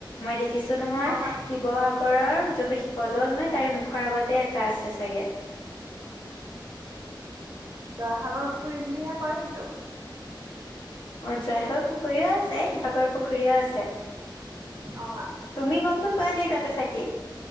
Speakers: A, on the left; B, on the right.
A: মই দেখিছোঁ নহয়।
B: শিৱসাগ
A: শিৱসা গৰৰ যোনটো শিৱদৌল নহয়, তাৰে মুখৰ আগতে এটা আছে চাগে।
B: জয়সাগৰ পুখুৰী বুলিহে কয় সেইটো।
A: অ' জয়সাগৰ পুখুৰীও আছে, শিৱাগৰ পুখুৰীও আছে।
B: অ
A: তুমি গম নোপোৱা নে তাতে থাকি?